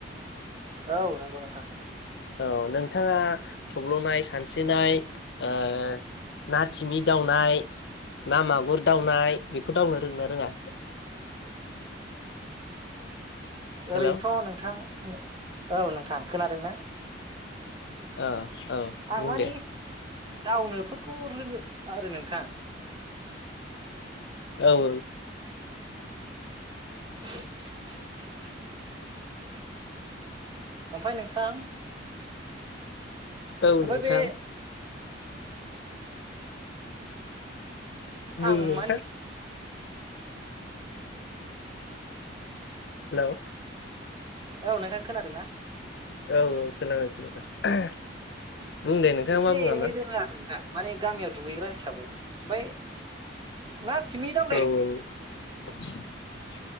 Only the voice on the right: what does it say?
औ नंगौ नोंथां
ओरैनोथ' नोंथां औ नोंथां खोनादोंना
आं
मानि दावनोफोरखौ रोङो आरो नोंथां
<inaudible> ओमफाय नोंथां
आमफाय
बे
आं
मानि
औ नोंथां खोनादों ना?
एसे
एनै रोङो आरो नोंथां। माने गामियाव दुगैग्रा हिसाबै ओमफाय ना थिमि दावनाय